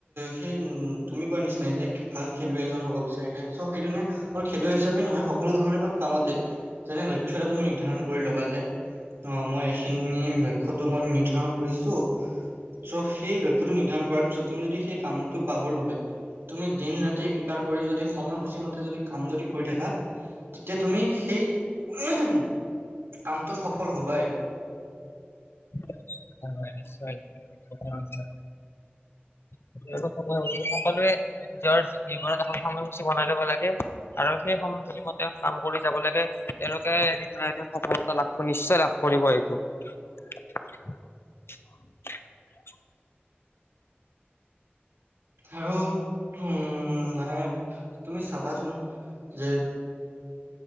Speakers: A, on the right; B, on the left.
A: সেই তুমি কোৱা নিচিনাই যে ভাল খেলুৱৈ এজন হ'ব বিচাৰিলে চ সেইজনে অকল খেলুৱৈ হিচাপে নহয় সকলো ধৰণৰ ধৰ কামতে যেনে লক্ষ্য এটা তুমি নিৰ্ধাৰণ কৰি ল'বা যে অঁ মই এইখিনি লক্ষ্যটো মই নিৰ্ধাৰণ কৰিছোঁ চ সেই লক্ষ্যটো নিৰ্ধাৰণ কৰাৰ পিছত তুমি যদি সেই কামটো পাবৰ বাবে তুমি দিন ৰাতি একেকাৰ কৰি যদি সময়সূচী মতে যদি কাম যদি কৰি থাকা তেতিয়া তুমি সেই কামটোত সফল হ'বাই।
B: <inaudible> <inaudible> সকলোৱে নিজৰ জীৱনত এখন সময়সূচী বনাই ল'ব লাগে। আৰু সেই সময়সূচীমতে কাম কৰি যাব লাগে। তেওঁলোকে এদিন নহয় এদিন সফলতা লাভ নিশ্চয় লাভ কৰিব এইটো। <unintelligible>
A: আৰু উম মানে তুমি চাবাচোন যে